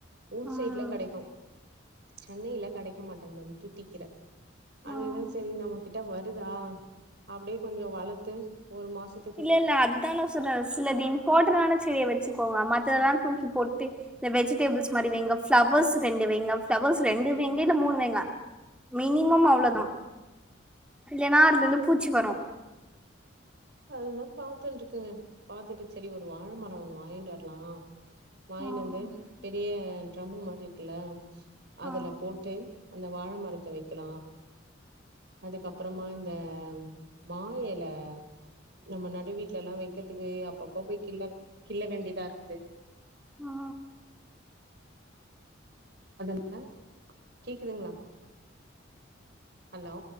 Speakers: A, on the right; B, in the centre.
A: ஊர்
B: ம்
A: சைட்ல கெடைக்கு சென்னையில கெடைக்க மாட்டேந்து அந்த துத்திக்கீர அதுதா
B: ம்
A: செரி நம்ம கிட்ட வருதா அப்படியே கொஞ்சோ வளத்து ஒரு மாசத்
B: இல்ல இல்ல அதுதா நா சொல்ற சிலது இம்போர்ட்டனான செடிய வச்சுக்கோங்க மத்ததெல்லா தூக்கி போட்டு இந்த வெஜிடேபிள்ஸ் மாரி வெய்ங்க ஃப்ளவர்ஸ் ரெண்டு வெய்ங்க ப்ளவர்ஸ் ரெண்டு வெய்ங்க இல்ல மூணு வைங்க மினிமம் அவ்ளோதா இல்லைன்னா அதுல இருந்து பூச்சி வரு
A: அதுதா பாத்துன்ருக்கங்க பாத்துட்டு செரி ஒரு வாழ மரோ ஒண்ணு வாங்கிட்டு வர்லா வாங்கின்னு
B: ஆ
A: வந்து பெரிய ட்ரம்மு மாரி இருக்குல்ல அதுல
B: ஆ
A: போட்டு அந்த வாழ மரத்த வைக்கலா அதுக்கப்புறமா இந்த மா எல நம்ம நடு வீட்ல எல்லா வைக்கிறதுக்கு அப்பப்போ போய் கிள்ள கிள்ள வேண்டியதா இருக்குது
B: ஆ
A: அது என்ன கேக்குதுங்ளா ஹலோ